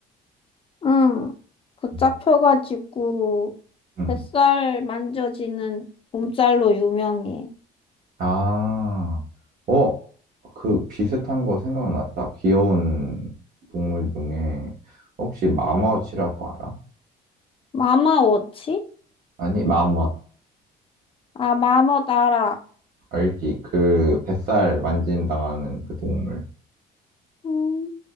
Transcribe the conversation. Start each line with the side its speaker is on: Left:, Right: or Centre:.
Left: 응 붙잡혀가지고
Right: 음. 음.
Left: 뱃살 만져지는 몸살로 유명해.
Right: 아, 어, 그 비슷한 거 생각났다. 귀여운 동물 중에 혹시 마멋이라고 알아?
Left: 마마워치?
Right: 아니, 마멋.
Left: 아 마멋 알아.
Right: 알지? 그 뱃살 만진당하는 그 동물.
Left: 음